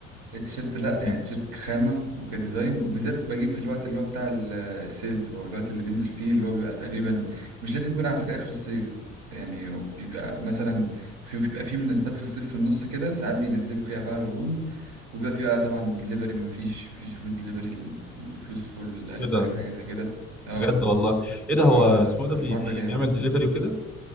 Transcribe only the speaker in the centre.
مم.
ايه ده
بجد والله ايه ده هو
اسمه
إيه ده بي بي-
بيعمل دليفري وكده